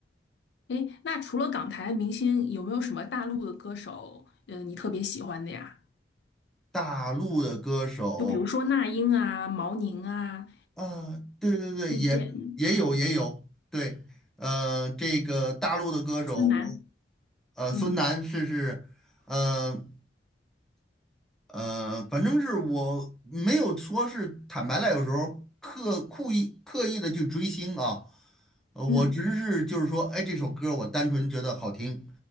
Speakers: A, on the left; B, in the centre.
A: 诶，那除了港台明星，有没有什么大陆的歌手，呃，你特别喜欢的呀？
B: 大陆的歌手
A: 就比如说那英啊、毛宁啊
B: 啊，对对对，
A: 那些，
B: 也也有也有，
A: 嗯，
B: 对，呃，这个大陆的歌手，
A: 孙楠，
B: 我呃，
A: 嗯
B: 孙楠是是，嗯。呃，反正是我没有说是坦白了，有时候刻故意刻意的去追星啊，呃，我只是就是说，
A: 嗯，
B: 哎，这首歌我单纯觉得好听，